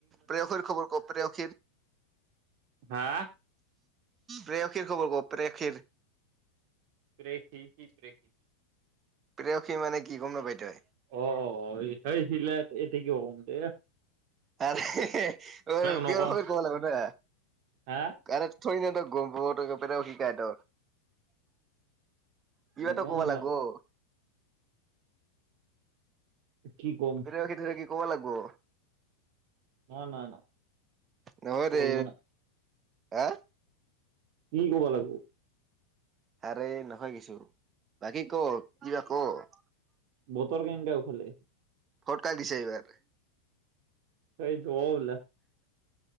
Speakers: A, on the right; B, on the right.
A: প্ৰেয়সীৰ খবৰ ক প্ৰেয়সীৰ?
B: হা
A: প্ৰেয়সীৰ খবৰ ক' প্ৰেয়সীৰ।
B: প্ৰেখি কি প্ৰেখি?
A: প্ৰেয়সী মানে কি গ'ম নাপা তই।
B: অ', অ', সেই সিলে এতে কিয় কম এ
A: আৰু
B: নকওঁ
A: পৰব ক'ব লাগিব ন'।
B: হা
A: থৈৰি না তই গম প ত গপটাক শিকাই তই কিবাটো
B: নকওঁ
A: ক'ব
B: ইমাক
A: লাগবো।
B: কি কম
A: প্ৰেয়সী তেয়সী ক'ব লাগবো।
B: ন নাই
A: নহয়
B: কৰম'
A: দে
B: না।
A: হা?
B: কি ক'ব লাগবো।
A: হাৰে নহয় কিছু বাকী ক' কিবা ক'।
B: ব'তৰ কি ও ভালে।
A: ভট কাক দিছে এইবাৰ?
B: কাই যুৱল